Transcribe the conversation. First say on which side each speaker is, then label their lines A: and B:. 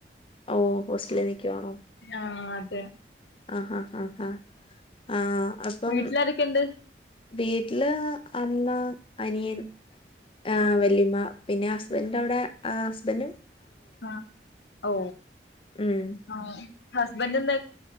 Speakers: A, on the left; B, on the left.
A: ഓ ഹോസ്റ്റലിൽ നിൽക്കുവാണോ
B: ആഹ് അതെ
A: ആഹ് ആഹ് ആഹ് ആഹ് ആഹ് അപ്പം
B: വീട്ടിലാരൊക്കെണ്ട്
A: വീട്ടില് അമ്മ അനിയൻ ആ
B: ഓ
A: വല്ലിയമ്മ പിന്നെ ഹസ്ബൻഡന്റെ അവിടെ ഹസ്ബൻറും
B: ആ ഓ
A: ഉം
B: ആ ഹസ്ബൻ്റ്